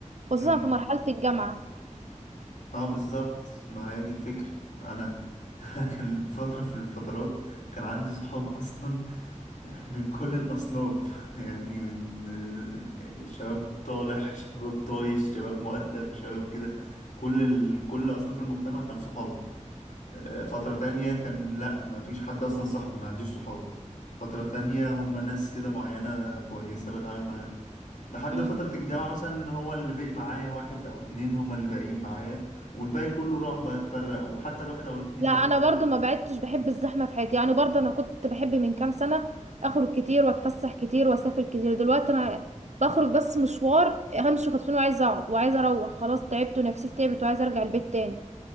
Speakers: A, on the right (about 60°); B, on the left (about 80°).
A: خصوصا
B: مم.
A: في مرحلة الجامعة
B: اه بالظبط ما هي دي الفكرة انا <laughs> كان فترة في الفترات كان عندي صحاب اصلا من كل الاصناف <laughs> يعني من شباب طالح شباب طايش شباب مؤدب شباب كده كل ال... كل اصناف المجتمع كانوا صحابي آه، فترة تانية كان لا ما فيش حد اصلا صاحبي ما عنديش صحاب فترة تانية هم ناس كده معينة كويسة بتعامل معاهم لحد
A: امم
B: فترة الجامعة مثلا هو اللي بقي معايا واحد أو اتنين هما اللي باقيين معايا والباقي كله راح بقى اتفرق وحتى الواحد أو الاتنين
A: لا
B: بالنسبة
A: انا برضو ما بعدتش بحب الزحمة في حياتي يعني برضو انا كنت بحب من كام سنة اخرج كتير واتفسح كتير واسافر كتير دلوقتي انا بخرج بس مشوار همشي خطفين وعايزة اقعد وعايزة اروح خلاص تعبت ونفسيتي تعبت وعايزة ارجع البيت تاني